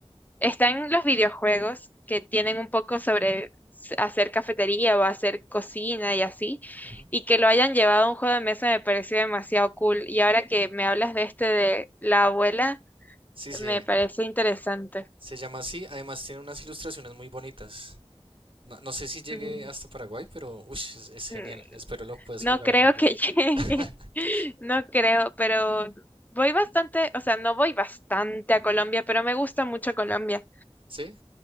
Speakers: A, on the left (about 15°); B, on the right (about 55°).
A: están los videojuegos que tienen un poco sobre s- hacer cafetería o hacer cocina y así,
B: Ujú.
A: y que lo hayan llevado a un juego de mesa me pareció demasiado cool. Y ahora que me hablas de este de la abuela,
B: Sí,
A: me
B: sí,
A: parece interesante.
B: se llama así. Además tiene unas ilustraciones muy bonitas. No, no sé si llegue
A: Mm,
B: hasta Paraguay, pero ush, es, es genial.
A: mm,
B: Espero lo puedas
A: No
B: jugar
A: creo
B: algún día.
A: que <laughs> llegue,
B: <laughs>
A: no creo, pero voy bastante, o sea, no voy bastante a Colombia, pero me gusta mucho Colombia.
B: ¿Sí?